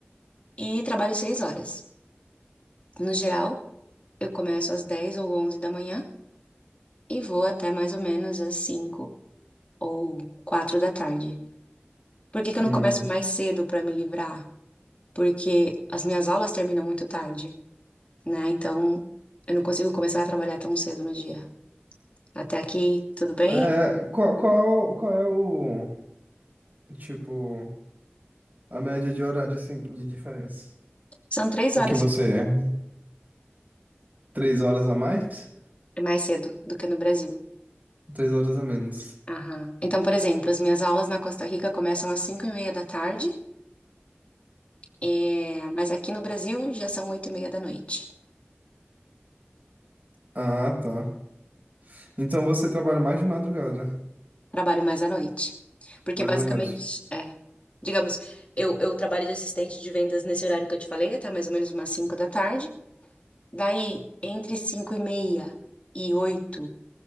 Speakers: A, on the left; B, on the right.
A: E trabalho seis horas. No geral, eu começo às 10 ou 11 da manhã e vou até mais ou menos às 5 ou 4 da tarde. Por que que
B: Hum.
A: eu não começo mais cedo para me livrar? porque as minhas aulas terminam muito tarde, né? Então, eu não consigo começar a trabalhar tão cedo no dia. Até aqui, tudo bem?
B: É, qual, qual, qual é o, tipo, a média de horário, assim, de diferença?
A: São três
B: O
A: horas
B: Que você é? Três horas a mais?
A: mais cedo do que no Brasil.
B: Três horas a menos.
A: Aham. Então, por exemplo, as minhas aulas na Costa Rica começam às cinco e meia da tarde, é, mas aqui no Brasil já são oito e meia da noite.
B: Ah, tá. Então você trabalha mais de madrugada,
A: Trabalho mais à noite. Porque
B: mais
A: basicamente,
B: à noite.
A: é, digamos, eu, eu trabalho de assistente de vendas nesse horário que eu te falei, até mais ou menos umas cinco da tarde. Daí, entre cinco e meia e oito